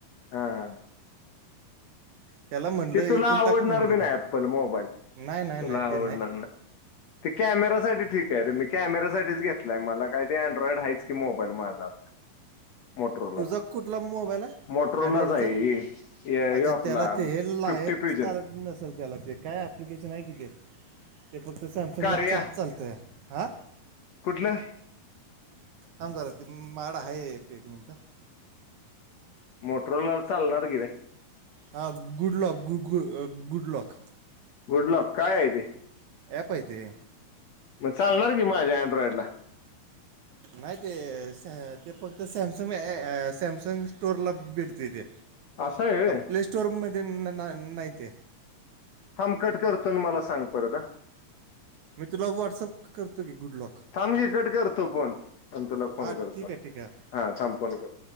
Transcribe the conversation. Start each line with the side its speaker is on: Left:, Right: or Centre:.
Left: हा
Right: त्याला म्हणलं
Left: ते
Right: एकूण
Left: तुला आवडणार
Right: टाक म्हणलं
Left: बी ना
Right: ते
Left: ऍपल मोबाईल
Right: नाही नाही
Left: तुला
Right: नाही
Left: आवडणार
Right: ते नाही
Left: ना ते कॅमेरा साठी ठीक आहे रे मी कॅमेरा साठीच घेतलाय मला काही ते अँड्रॉइड हाच की मोबाईल माझा मोटोलाच
Right: तुझा कुठला मोबाईल आहे
Left: मोटोलाच
Right: अँड्रॉइडचा
Left: आहे ये
Right: अच्छा
Left: आपला
Right: त्याला ते हे
Left: फिफ्टी फ्युजन
Right: चालत नसल त्याला ते काय अप्लिकेशन आहे किथ ते फक्त सॅमसंगलाचच
Left: कार्या
Right: चालतय हा.
Left: कुठलं?
Right: थांब झारा ते माड आहे एक मिनिट
Left: मोटरलार चालणार किरे
Right: हा गुड लॉक गुु गुड लॉक
Left: गुडलॉक काय आहे ते
Right: ॲप आहे ते
Left: मग चालणार. माझ आंड्रॉइडला
Right: नाही ते ते फक्त सॅम सॅमसंग स्टोअरला भेटते तेे
Left: असं आहे व्हय?
Right: प्ले स्टोअरमध्ये नाही ते
Left: थमकट करतो मला सांग पर
Right: मी तुला व्हॉट्सअप करतो की गुड लॉक
Left: थांब मी कट करतो फोन पण तुला फोन
Right: हां
Left: करतो.
Right: ठीक आहे ठीक आहे
Left: हा थांपवून गे.